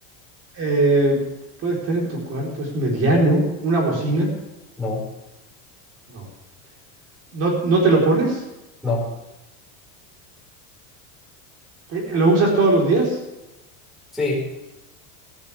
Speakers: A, on the right (about 35°); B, in the centre.
A: Eh, puede estar en tu cuarto, es mediano, una bocina.
B: No,
A: No. ¿No, no te lo pones?
B: no.
A: ¿Eh, ¿Lo usas todos los días?
B: Sí,